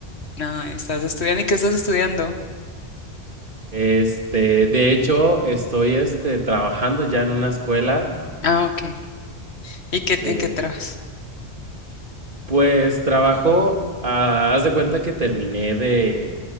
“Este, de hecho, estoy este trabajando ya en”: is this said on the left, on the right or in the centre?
Right